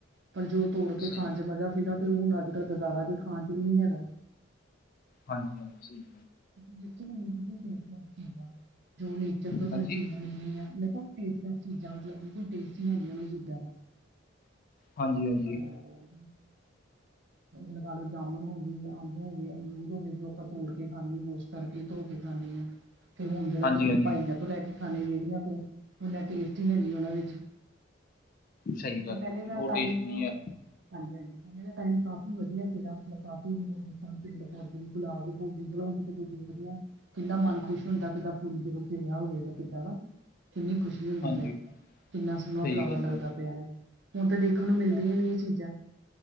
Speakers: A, on the right; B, on the left.
A: ਪਰ ਜੋ ਤੋੜ ਕੇ
B: ਸਹੀ
A: ਖਾਣ ਚ ਮਜ਼ਾ ਸੀਗਾ ਤੇ ਉਹ ਹੁਣ ਅੱਜ ਕੱਲ੍ਹ ਬਾਜ਼ਾਰਾਂ ਦੇ ਖਾਣ ਚ ਵੀ ਨਹੀਂ ਹੈਗਾ।
B: ਹਾਂਜੀ ਹਾਂਜੀ ਸਹੀ
A: ਦੇਖੀ ਜਾਂ ਫੀ ਜੋ ਨੇਚਰ ਤੋਂ ਸਾਨੂੰ
B: ਹਾਂਜੀ
A: ਚੀਜ਼ਾਂ ਮਿਲਣੀ ਆ ਮੈਂ ਕਿਹਾ ਸ ਚੀਜ਼ਾਂ ਮਤਲਬ ਬਿਲਕੁਲ ਟੇਸਟੀ ਹੁੰਦੀਆਂ ਉਹਨਾਂ ਚੀਜ਼ਾਂ ਦਾ
B: ਹਾਂਜੀ ਹਾਂਜੀ
A: ਹਹ ਲਗਾ ਲਓ ਜਾਮਣ ਹੋ ਗਈ ਹੋਵੇ ਅੰਰੂਦ ਹੋਵੇ ਜੋ ਆਪਾਂ ਤੋੜ ਕੇ ਖਾਂਦੇ ਹਾਂ ਉਸ ਕਰਕੇ ਧੋ ਕੇ ਖਾਂਦੇ ਹਾਂ ਤੇ ਹੁਣ ਜਿਹੜਾ
B: ਹਾਂਜੀ ਹਾਂਜੀ
A: ਪਾਈਆਂ ਤੋਂ ਲੈ ਕੇ ਖਾਣੇ ਵਿੇੜੀਆਂ ਤੋਂ ਨਾ ਟੇਸਟੀ ਹੈ ਨਹੀਂ ਉਹਨਾਂ ਵਿੱਚ
B: ਸਹੀ
A: ਮ
B: ਗੱਲ
A: ਪਹਿਲੇ
B: ਹੈ ਜੀ
A: ਦਾ
B: ਉਹ
A: ਟਾਈਮ
B: ਟੇਸਟ ਨਹੀਂ ਹੈ
A: ਹਾਂਜੀ ਹਾਂਜੀ ਹਿਿਮਲੇ ਦਾ ਟਾਈਮ ਕਾਫੀ ਵਧੀਆ ਸੀਗਾ ਮਤਲਬ ਕਾਫੀ ਮਤਲਬ ਪੇੜ ਭਦੇ ਫੁਲਾਬ ਦੇ ਫੁਲ ਦੇਖ ਲੋ ਹਣ ਤਾਂ ਦੇਖਦੇ ਆ ਕਿੰਨਾ ਮਨ ਖੁਸ਼ ਹੁੰਦਾ ਕਿਦਾ ਫੁੱਲ ਜਦੋਂ ਖਰਿਆ ਹੋਵੇਗਾ ਕਿੱਦਾਂ ਨਾ ਕਿੰਨੀ ਖੁਸ਼ੀ ਹੁੰਦੀ
B: ਹਾਂਜੀ
A: ਹੈ ਕਿੰਨਾ ਸੋਹਣਾ
B: ਸਹੀ
A: ਫਲਾਵਰ
B: ਗੱਲ
A: ਲੱਗਦਾ
B: ਜੀ
A: ਪਿਆ ਹੈ ਹੁਣ ਤਾਂ ਦੇਖਣ ਨੂੰ ਮਿਲਦੀਆਂ ਨੀ ਇਹ ਚੀਜ਼ਾਂ